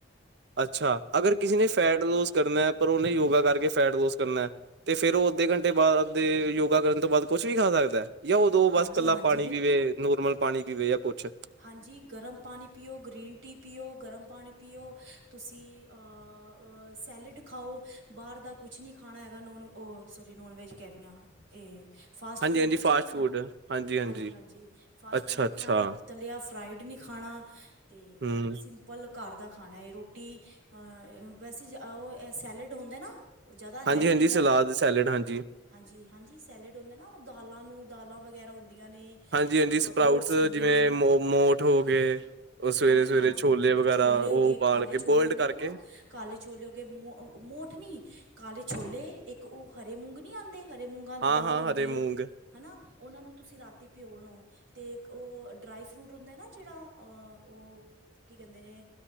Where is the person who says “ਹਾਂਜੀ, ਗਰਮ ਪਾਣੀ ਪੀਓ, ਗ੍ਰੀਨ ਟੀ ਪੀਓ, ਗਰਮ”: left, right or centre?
Right